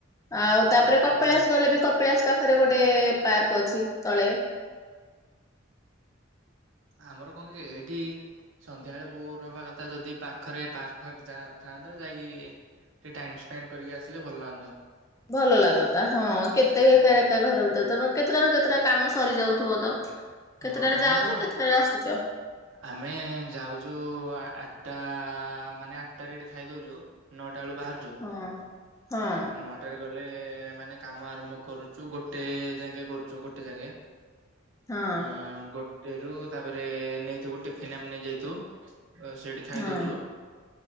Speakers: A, on the left; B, on the right.
A: ଆଉ ତାପରେ
B: ହୁଁ
A: କପିଳାସ ଗଲେ ବି କପିଳାସ ପାଖରେ ଗୋଟେ ପାର୍କ ଅଛି ତଳେ
B: ଆମର କଣ କି ଏଇଠି ସନ୍ଧ୍ୟାବେଳେ ବୋଉ ରହବା କଥା ଯଦି ପାଖରେ ପାର୍ ଫାର୍କ ଯା ଥା ଯାଇକି ସେ ଟାଇସ୍ପେଣ୍ଡ କରିକି ଆସିଲେ ଭଲ ଲାଗନ୍ତା।
A: ଭଲ ଲାଗତା ହଁ କେତେ ଏକା
B: ହୁଁ
A: ଏକା ଘର ଭିତରେ ତମେ କେତେଟାରୁ କେତେଟା କାମ ସରିଯାଉଥିବ ତ। କେତେଟାରେ
B: ହଁ ଆମର
A: ଯାଉଛ କେତେଟାରେ ଆସୁଛ
B: ଆମେ ଯାଉଛୁ ଆଠଟା ମାନେ ଆଠଟା ରେଟ ଖାଇ ଦଉଛୁ। ନଅଟା ବେଳୁ ବାହାରୁଛୁ
A: ହଁ। ହଁ
B: ନଅଟାରେ ଗ ମାନେ କାମ ଆରମ୍ଭ କରୁଛୁ ଗୋଟେ ଯାଗେ କରୁଛୁ ଗୋଟେ ଯାଗେ।
A: ହଁ
B: ଅ ଗୋଟେରୁ ତାପରେ ନେଇଥିବୁ ଟିଫିନ ଆମେ ନେଇ ଯାଇଥିବୁ। ସେଇଠି ଖାଇ
A: ହଁ
B: ଦଉଛୁ।